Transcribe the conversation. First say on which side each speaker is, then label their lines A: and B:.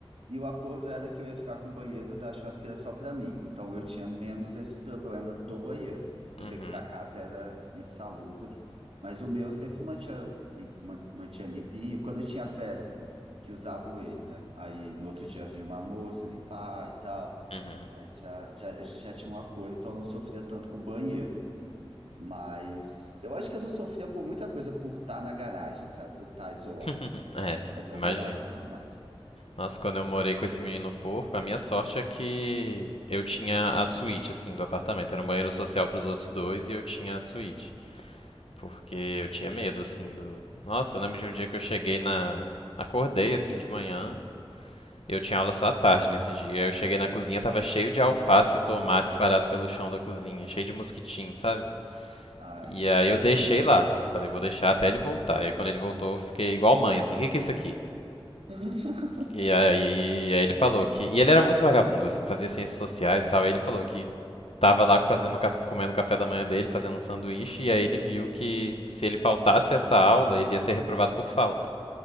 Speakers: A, on the right; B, on the left.
A: E o acordo era que eu ia ficar com o banheiro da churrasqueira só para mim. Então, eu tinha menos esse problema do banheiro. Eu
B: Uhum.
A: sei que o da casa era insalubre, mas o meu sempre mantinha, lim- man- mantinha limpinho. Quando tinha festa, que usavam ele, né? Aí, no outro dia, vinha uma moça limpar e tal.
B: Uhum.
A: Aí já, já, a gente já tinha um acordo, então eu não sofria tanto com o banheiro. Mas eu acho que eu não sofria por muita coisa por estar na garagem, sabe? Por estar isolado.
B: <laughs> É,
A: Mas eu
B: imagino.
A: adorava minha garagem.
B: Nossa, quando eu morei com esse menino porco, a minha sorte é que eu tinha a suíte, assim, do apartamento. Era um banheiro social pros outros dois e eu tinha a suíte. Porque eu tinha medo, assim, do. Nossa, eu lembro de um dia que eu cheguei na. Acordei, assim, de manhã Eu tinha aula só à tarde nesse dia. Eu cheguei na cozinha, tava cheio de alface e tomate espalhado pelo chão da cozinha, cheio de mosquitinho, sabe?
A: Ai.
B: E aí eu deixei lá. Eu falei, vou deixar até ele voltar. E aí quando ele voltou, eu fiquei igual mãe, assim, o que que é isso aqui?
A: <laughs>
B: E aí, aí ele falou que. E ele era muito vagabundo, assim, fazia ciências sociais e tal. Aí ele falou que tava lá fazendo, caf- comendo o café da manhã dele, fazendo um sanduíche, e aí ele viu que se ele faltasse essa aula, ele ia ser reprovado por falta.